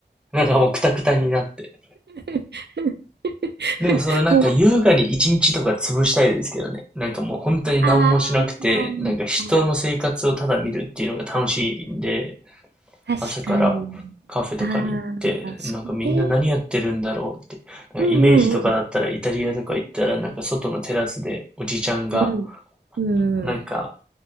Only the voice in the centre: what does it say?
なんかもうクタクタになって。
でもそのなんか優雅に一日とか潰したいですけどね。
なんかもう本当に何もしなくて、
なんか人の生活をただ見るっていうのが楽しいんで、
朝からカフェとかに行って、
なんかみんな何やってるんだろうって。なんかイメージとかだったらイタリアとか行ったらなんか外のテラスでおじちゃんが、
なんか